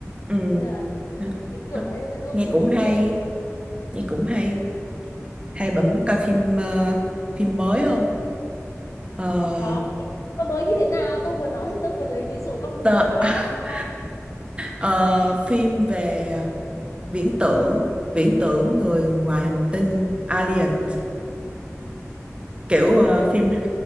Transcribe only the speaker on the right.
ừ
Đó.
nghe
cũng
hay
nghe cũng hay hay bà muốn coi phim ờ, phim mới không Ờ,
tờ,
<laughs>
ờ, phim về viễn tưởng viễn tưởng người ngoài hành tinh Alien kiểu
ờ,
phim